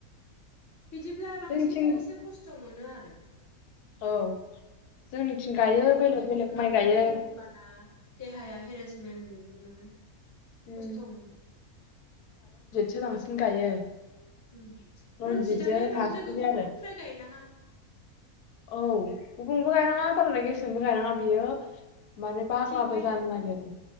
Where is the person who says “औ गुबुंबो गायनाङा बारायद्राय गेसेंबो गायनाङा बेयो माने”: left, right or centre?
Left